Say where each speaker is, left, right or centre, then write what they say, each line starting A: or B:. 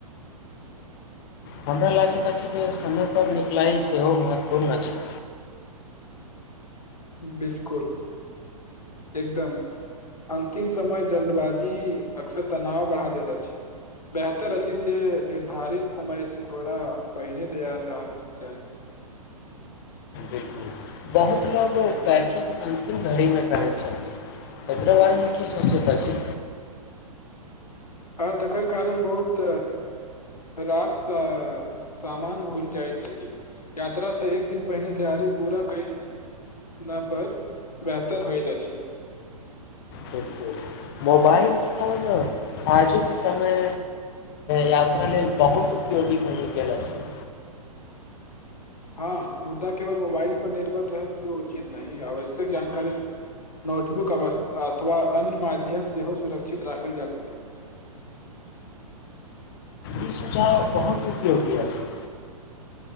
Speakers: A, on the left; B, on the left.
A: हमरा लागैत अछि जे समयपर निकलाइ सेहो महत्वपूर्ण अछि
B: बिल्कुल एकदम अन्तिम समय जल्दबाजी अक्सर तनाव बढ़ा दैत अछि बेहतर अछि जे निर्धारित समयसँ थोड़ा पहिले तैयार रहल जाय
A: बिल्कुल बहुत लोको ओ पैकिंग अन्तिम घड़ीमे करैत छथिन एकरा बारेमे की सोचैत अछि
B: आ तकर कारण बहुत रास सामान भुल जाइत रह यात्रासँ एक दिन पहिने तैयारी पूरा कइला पर बेहतर होइत अछि
A: बिल्कुल मोबाइल फोन आजुके समय यात्रा लेल बहुत उपयोगी बनि गेल अछि
B: हँ मुद्दा केवल मोबाइल पर निर्भर रहल सेहो उचित नहि आवश्यक जानकारी नोटबुक अव अथवा अन्य माध्यम सेहो सुरक्षित राखल जा सकैत अछि
A: ई सुझाव बहुत उपयोगीय अछि